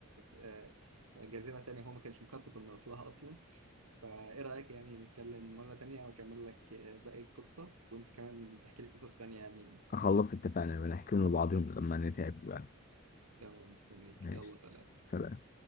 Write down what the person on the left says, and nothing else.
خلصت اتفقنا بنحكي لبعضهم لما نتعب بقى
ماشي
سلام